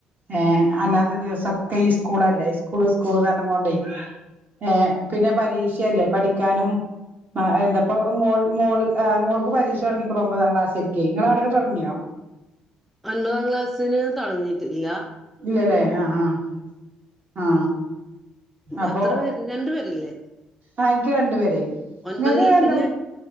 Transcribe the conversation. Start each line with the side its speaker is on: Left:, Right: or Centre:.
Right: ഏ അല്ലാത്ത ദിവസക്കെ ഈ സ്കൂളല്ലേ സ്കൂള് സ്കൂൾ കാരണം കൊണ്ടേ ഏ പിന്നെ പരീക്ഷയല്ലേ പഠിക്കാനും മാ എൻ്റെപ്പൊ മോൾ മോള് ആ മോൾക്ക് പരീക്ഷ തൊടങ്ങിക്കുണു ഒമ്പതാം ക്ലാസിക്കെ നിങ്ങളാവിടെക്കെ തൊടങ്ങിയോ
Centre: ഒൻമ്പതാം ക്ലാസ്സിന് തൊടങ്ങീട്ടില്ല
Right: ഇല്ലല്ലേ ആ ആ ആ അപ്പൊ
Centre: എത്ര പേര് രണ്ടു പേരല്ലേ
Right: ആ എനിക്ക് രണ്ടു പേരെ
Centre: ഒൻപതിലും
Right: നിങ്ങക്ക് എന്താ
Centre: പിന്നെ